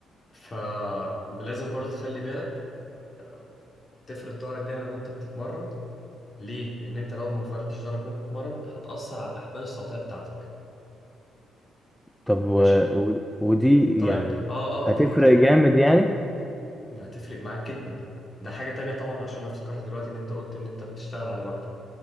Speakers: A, on the left; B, in the centre.
A: فلازم برضو تخلي بالك آه، تفرد ظهرك دايما وأنت بتتمرن ليه؟ لأن أنت لو ما فردتش ظهرك وأنت بتتمرن هتأثر على الأحبال الصوتية بتاعتك
B: طب و...
A: ماشي
B: و... ودي
A: طيب
B: يعني
A: اه
B: هتفرق
A: اه فكرتني
B: جامد
A: فكر
B: يعني
A: ده هتفرق معاك جدا ده حاجة تانية طبعا عشان انا افتكرت دلوقتي ان انت قلت ان انت بتشتغل على مكتب